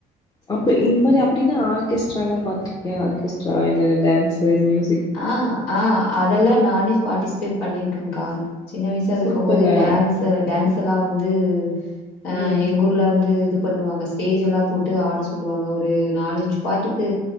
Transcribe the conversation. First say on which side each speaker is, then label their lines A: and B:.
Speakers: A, on the left (about 20°); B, on the left (about 90°).
A: அப்ப இந்த மாரி அப்டின்னா ஆர்கெஸ் கெஸ்ட்ராலா பாத்ருக்கியா ஆர்கெஸ்ட்ரா இல்ல இல்ல டான்ஸ்ஸு மியூசிக்
B: அ அ அதெல்லாம் நானே பார்டிஸ் பேட் பண்ணியிருக்கங்க்கா சின்ன வயசா இருக்கும்போது
A: சூப்பர்ரா
B: டான்ஸ் அது டான்ஸ் எல்லாம் வந்து அ
A: ம்
B: எங்க ஊர்ல வந்து இது பண்ணுவாங்க ஸ்டேஜ் எல்லா போட்டு ஆட சொல்லுவாங்க ஒரு நாலஞ்சு பாட்டுக்கு